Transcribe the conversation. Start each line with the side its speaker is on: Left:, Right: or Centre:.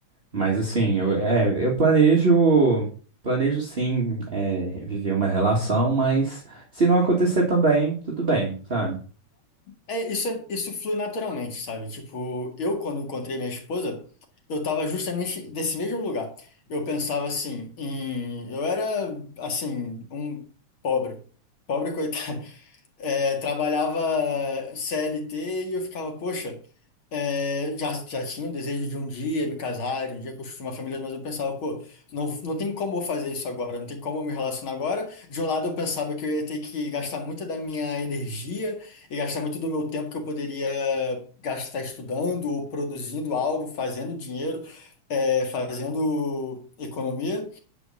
Right: Mas assim, eu, é, eu planejo, planejo sim, é, viver uma relação, mas se não acontecer também, tudo bem, sabe?
Left: É, é, isso, é- isso flui naturalmente, sabe? Tipo, eu quando encontrei minha esposa, eu tava justamente nesse mesmo lugar. Eu pensava assim, em, eu era assim, um pobre, pobre coitado. <laughs> é, trabalhava CLT e eu ficava, poxa, é, já, já tinha o desejo de um dia me casar, de um dia construir uma família, mas eu pensava, pô, não, não tem como eu fazer isso agora, não tem como eu me relacionar agora. De um lado, eu pensava que eu ia ter que gastar muita da minha energia e gastar muito do meu tempo que eu poderia gastar estudando ou produzindo algo, fazendo dinheiro, é, fazendo economia.